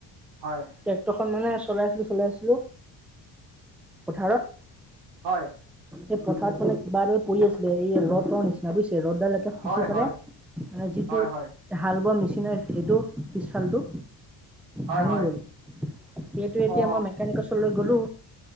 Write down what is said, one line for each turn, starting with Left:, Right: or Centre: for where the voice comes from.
Right: হয়
Centre: টেক্টৰ খন মানে চলাইছিলো চলাইছিলো পথাৰত
Right: হয়
Centre: এই পথাৰত মানে কিবা এৰে পৰি আছিলে এই ৰথৰ নিচিনা বুজছিল ৰ'দডালৈকে ফুচি
Right: হয়
Centre: পেলাই
Right: হয়
Centre: মানে যিটো
Right: হয় হয়
Centre: মেচিনৰ সেইটো পিছালটো
Right: হয়
Centre: ভাঙি
Right: হয়
Centre: গ'ল সেইটো এতিয়া
Right: অ
Centre: মই মেকানিকচলৈ গ'লো